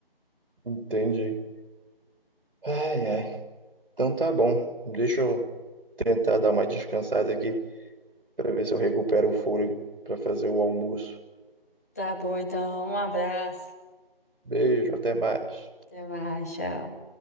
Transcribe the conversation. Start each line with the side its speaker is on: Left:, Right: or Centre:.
Right: Entendi. Ai, ai. Então tá bom. Deixa eu tentar dar uma descansada aqui para ver se eu recupero o fôlego para fazer o almoço.
Left: Tá bom, então, um abraço.
Right: Beijo, até mais.
Left: Até mais, tchau.